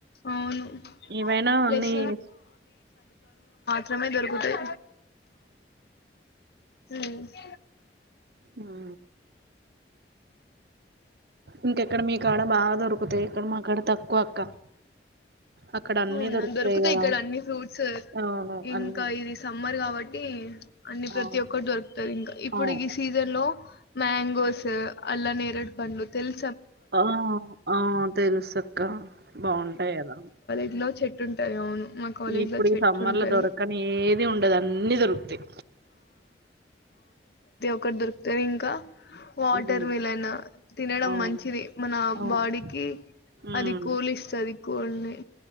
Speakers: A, on the left (about 60°); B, on the right (about 65°).
A: అవును
B: ఏవైనా
A: ప్లస్
B: అన్ని స్
A: త్రమే దొరుకుతయ్ హ్మ్
B: ఆ ఇంకెక్కడ మీ కాడ బాగా దొరుకుతాయి. ఇక్కడ మా కాడ తక్కువ అక్క అక్కడ అన్నీ
A: అవునా దొరుకుతాయి
B: కదా
A: ఇక్కడ అన్ని ఫ్రూట్స్
B: అవును
A: ఇంకా
B: అన్ని
A: ఇది సమ్మర్ కావట్ టి అన్ని ప్రతి
B: అవును
A: ఒక్కరు దొరుకుతంది ఇంకా ఇప్పుడు
B: అవు
A: ఈ సీజన్ లో మ్యాంగోస్ అల్లో నేరట్ పండ్లు తెల్
B: ఆ ఆ తెలుసు క్కా బాగుంటాయి కదా
A: ఇ లో చెట్టు ఉంటాయి అవును మా కాలేజీలో
B: ఇప్పుడు
A: చెట్టుంటది.
B: సమ్మర్ లో దొరకని ఏది ఉండదు అన్ని దొరుకుతాయి
A: అక్కడ దొరుకుతనే ఇంకా వాటర్
B: హ్మ్
A: మిలన్ తినడం
B: అవును
A: మంచిది మన
B: అవును
A: బాడీకి
B: హ్మ్
A: అది కూల్ ఇస్తది కూల్ ని